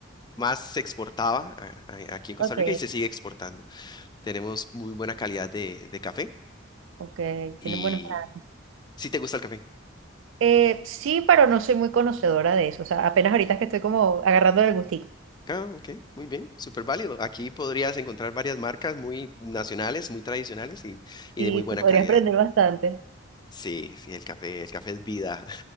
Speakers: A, on the left; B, on the right.
A: más se exportaba a- a- aquí en Costa
B: Ok,
A: Rica y se sigue exportando. Tenemos muy buena calidad de, de café
B: ok,
A: y
B: tienen buenos planes.
A: si te gusta el café.
B: Eh, sí, pero no soy muy conocedora de eso. O sea, apenas ahorita es que estoy como agarrando el gustico.
A: Ah, ok, muy bien, súper válido. Aquí podrías encontrar varias marcas muy nacionales, muy tradicionales y, y
B: Sí,
A: de muy buena
B: sí, podría
A: calidad.
B: aprender bastante.
A: Sí, sí, el café, el café es vida.